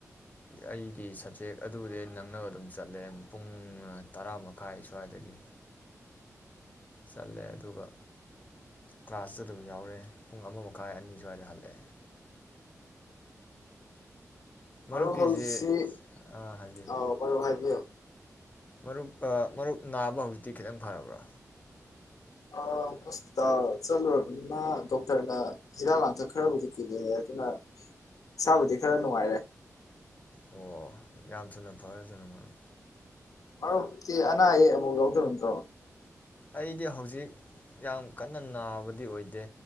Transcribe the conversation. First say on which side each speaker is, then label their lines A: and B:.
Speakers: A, on the left; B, on the left.
A: ꯑꯩꯒꯤ ꯁꯕꯖꯦꯛ ꯑꯗꯨꯕꯨꯗꯤ ꯅꯪꯅꯕ ꯑꯗꯨꯝ ꯆꯠꯂꯦ ꯄꯨꯡ ꯇꯔꯥ ꯃꯈꯥꯏ ꯁ꯭ꯋꯥꯏꯗꯒꯤ ꯆꯠꯂꯦ ꯑꯗꯨꯒ ꯀ꯭ꯂꯥꯁꯁꯨ ꯑꯗꯨꯝ ꯌꯥꯎꯔꯦ ꯄꯨꯡ ꯑꯃ ꯃꯈꯥꯏ ꯑꯅꯤ ꯁ꯭ꯋꯥꯏꯗ ꯍꯜꯂꯑꯦ ꯃꯔꯨꯞꯀꯤꯁꯦ
B: ꯃꯔꯨ ꯍꯧꯖꯤ ꯁꯦ
A: ꯍꯥꯏꯕꯤꯌꯨ
B: ꯑ ꯃꯔꯨ ꯍꯥꯏꯕꯤꯌꯣ
A: ꯃꯔꯨꯞ ꯑ ꯃꯔꯨꯞ ꯅꯥꯕ ꯍꯧꯖꯤꯛꯇꯤ ꯈꯤꯇꯪ ꯐꯔꯕ꯭ꯔꯥ
B: ꯑ ꯍꯣꯁꯄꯤꯇꯥꯜ ꯆꯠꯂꯨꯔꯕꯅꯤꯅ ꯗꯣꯛꯇꯔꯅ ꯍꯤꯗꯥꯛ ꯂꯥꯡꯊꯛ ꯈꯔꯕꯨꯗꯤ ꯀꯤꯔꯛꯑꯦ ꯑꯗꯨꯅ ꯏꯁꯥꯕꯨꯗꯤ ꯈꯔ ꯅꯨꯡꯉꯥꯏꯔꯦ
A: ꯑꯣ ꯌꯥꯝ ꯊꯨꯅ ꯐꯔꯦ ꯊꯅ ꯃꯔꯝ
B: ꯑꯔꯣꯞ ꯇꯤ ꯑꯅꯥ ꯑꯌꯦꯛ ꯑꯃꯨꯛ ꯌꯧꯗꯕ ꯅꯇ꯭ꯔꯣ
A: ꯑꯩꯗꯤ ꯍꯧꯖꯤꯛ ꯌꯥꯝ ꯀꯟꯅ ꯅꯥꯕꯗꯤ ꯑꯣꯏꯗꯦ